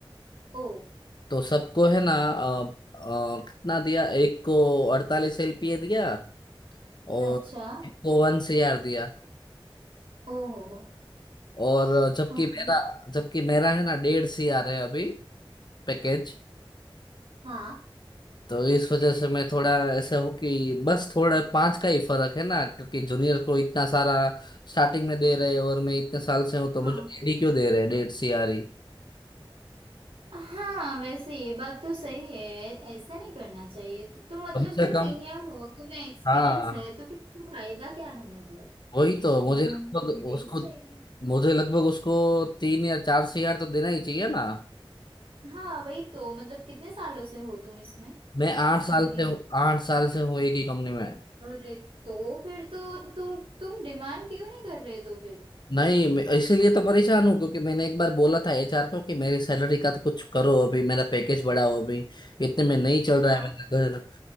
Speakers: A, on the right; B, on the left.
A: ओ
B: तो सबको है ना अ, अ, कितना दिया एक को अड़तालीस एलपीए दिया और
A: अच्छा
B: एक को वन सीआर दिया
A: ओ हो हो
B: और जबकि
A: ओके
B: मेरा जबकि मेरा है ना डेढ़ सी आ रहे हैं अभी पैकेज
A: हाँ
B: तो इस वजह से मैं थोड़ा ऐसे हो कि बस थोड़ा पांच का ही फर्क है ना क्योंकि जूनियर को इतना सारा स्टार्टिंग में दे रहे हैं और मैं इतने साल से हूँ तो
A: हाँ
B: मुझे डेढ़ ही क्यों दे रहे हैं डेढ़ सी आ रही
A: हाँ वैसे ये बात तो सही है ऐसा नहीं करना चाहिए तो, तो मतलब
B: कम से
A: तुम
B: कम
A: सीनियर हो तुम्हें एक्सपीरियंस
B: हाँ
A: है तो फिर तुम्हें फायदा क्या है मतलब
B: वही तो
A: तुम्हें
B: मुझे लगभग
A: देना
B: उसको
A: चाहिए
B: मुझे लगभग उसको तीन या चार सी आर तो देना ही चाहिए ना
A: हाँ वही तो मतलब कितने सालों से हो तुम इसमें
B: मैं आठ
A: इस कंपनी
B: साल से
A: में
B: हूँ आठ साल से हूँ एक ही कंपनी में
A: अरे तो फिर तो तुम तुम डिमांड क्यों नहीं कर रहे तो फिर
B: नहीं मैं- इसीलिए तो परेशान हूँ क्योंकि मैंने एक बार बोला था एचआर को कि मेरी सैलरी का तो कुछ करो अभी मेरा पैकेज बढ़ाओ अभी इतने में नहीं चल रहा
A: हाँ
B: है मेरा घर